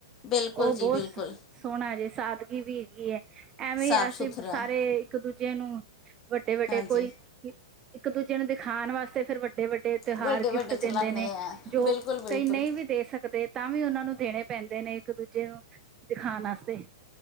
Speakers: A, on the left; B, on the right.
A: ਬਿਲਕੁਲ
B: ਉਹ
A: ਜੀ
B: ਬਹੁਤ
A: ਬਿਲਕੁਲ
B: ਸੋਹਣਾ ਜੇ ਸਾਦਗੀ ਵੀ ਹੈਗੀ ਹੈ ਐਵੇਂ
A: ਸਾਫ
B: ਅਸੀਂ
A: ਸੁਥਰਾ
B: ਸਾਰੇ ਇੱਕ -ਦੂਜੇ ਨੂੰ ਵੱਡੇ- ਵੱਡੇ
A: ਹਾਂਜੀ
B: ਕੋਈ ਇੱਕ- ਦੂਜੇ ਨੂੰ ਦਿਖਾਉਣ ਵਾਸਤੇ ਫਿਰ ਵੱਡੇ -ਵੱਡੇ ਤਿਉਹਾਰ
A: ਵੱਡੇ ਵੱਡੇ
B: ਗਿਫ਼ਟ
A: ਚਲਾਨੇ
B: ਦਿੰਦੇ ਨੇ,
A: ਆ
B: ਜੋ
A: ਬਿਲਕੁਲ ਬਿਲਕੁਲ
B: ਕਈ ਨਹੀਂ ਵੀ ਵੀ ਦੇ ਸਕਦੇ ਤਾਂ ਵੀ ਉਹਨਾਂ ਨੂੰ ਦੇਣੇ ਪੈਂਦੇ ਨੇ ਇੱਕ- ਦੂਜੇ ਨੂੰ ਦਿਖਾਉਣ ਵਾਸਤੇ।